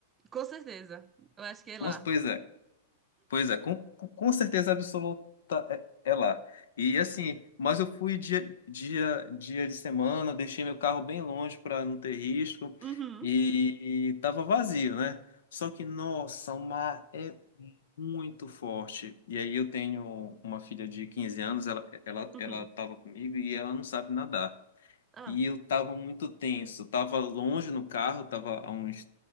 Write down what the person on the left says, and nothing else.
Mas, pois é. Pois é, com, com com certeza absoluta é, é lá. E assim, mas eu fui dia, dia, dia de semana, deixei meu carro bem longe para não ter risco
e, e tava vazio, né? Só que, nossa, o mar é muito forte. E aí eu tenho uma filha de 15 anos, ela, ela,
ela tava comigo e ela não sabe nadar
e eu tava muito tenso. Tava longe no carro, tava a uns